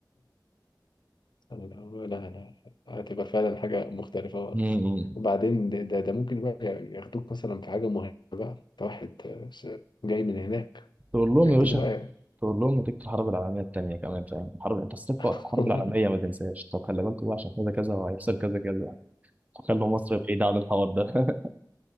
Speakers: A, on the left; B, on the right.
A: أنا <laughs> لا لا لا لا، هتبقى فعلا حاجة مختلفة خالص
B: امم
A: وبعدين ده ده ده ممكن بقى ياخدوك مثلا في حاجة مهمة بقى أنت واحد آه، ش- جاي من هناك
B: تقول لهم
A: ابتدي
B: يا باشا
A: بقى
B: تقول لهم نتيجه الحرب العالميه الثانيه كمان فاهم الحرب انت استفق
A: <laughs>
B: الحرب العالميه ما تنساش طب خلي بالكوا بقى عشان كذا كذا وهيحصل كذا كذا خلوا مصر بعيده عن الحوار ده <laughs>